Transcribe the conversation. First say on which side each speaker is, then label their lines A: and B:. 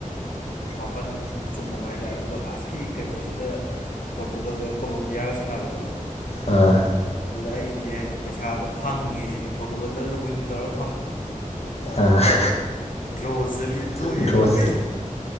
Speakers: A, on the left (about 80°); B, on the left (about 50°).
A: ꯃꯥꯄꯜꯃꯨꯛ ꯆꯨꯝꯃꯕ ꯍꯥꯏꯇꯥꯔꯦ ꯑꯗꯨꯒ ꯂꯥꯁꯀꯤ ꯀꯩꯅꯣꯁꯤꯗ ꯄꯣꯔꯇꯨꯒꯜꯒ ꯀꯣꯂꯣꯝꯕꯤꯌꯥꯒ ꯁꯥꯟꯅꯕꯗꯣ
B: ꯑꯥ
A: ꯑꯩꯁꯦ ꯍꯥꯏꯗꯤ ꯄꯩꯁꯥꯗꯣ ꯐꯪꯉꯦ ꯁꯤꯅꯤ ꯄꯣꯔꯇꯨꯒꯜꯗ ꯋꯤꯟ ꯇꯧꯔꯒ
B: ꯑꯥ
A: ꯗ꯭ꯔꯣ ꯆꯠꯂꯤ ꯇꯣꯛꯑꯦꯅ
B: ꯗ꯭ꯔꯣꯁ
A: ꯑꯩꯩ